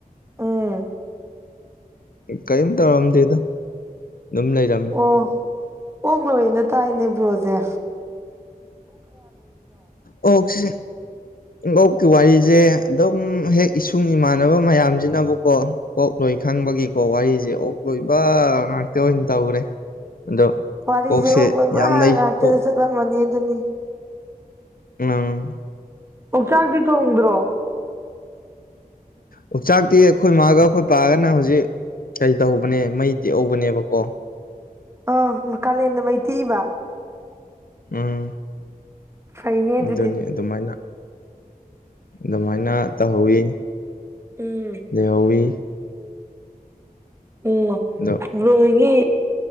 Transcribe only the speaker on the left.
ꯀꯔꯤꯝ ꯇꯧꯔꯝꯗꯦꯗ ꯑꯗꯨꯝ ꯂꯩꯔꯝꯃꯦ
ꯑꯣꯛꯁꯦ ꯑꯣꯛꯀꯤ ꯋꯥꯔꯤꯖ‌ꯦ ꯑꯗꯨꯝ ꯍꯦꯛ ꯏꯁꯨꯡ ꯏꯃꯥꯟꯅꯕ ꯃꯌꯥꯝꯁꯤꯅꯕꯀꯣ ꯑꯣꯛ ꯂꯣꯏ ꯈꯪꯕꯒꯤꯀꯣ ꯋꯥꯔꯤꯁꯦ ꯑꯣꯛ ꯂꯣꯏꯕ ꯉꯥꯛꯇ ꯑꯣꯏꯅ ꯇꯧꯈ꯭ꯔꯦ ꯑꯗꯣ
ꯑꯣꯛꯁꯦ
ꯌꯥꯝ ꯂꯩ
ꯑꯣꯛ
ꯎꯝ
ꯑꯣꯛ ꯆꯥꯛꯇꯤ ꯑꯩꯈꯣꯏ ꯃꯥꯒ ꯑꯩꯈꯣꯏ ꯄꯥꯒꯅ ꯍꯧꯖꯤꯛ ꯀꯩ ꯇꯧꯕꯅꯦ ꯃꯩ ꯇꯦꯛꯍꯧꯕꯅꯦꯕꯀꯣ
ꯎꯝ
ꯑꯗꯨꯅꯤ ꯑꯗꯨꯃꯥꯏꯅ ꯑꯗꯨꯃꯥꯏꯅ ꯇꯧꯍꯧꯏ
ꯂꯩꯍꯧꯏ
ꯑꯗꯣ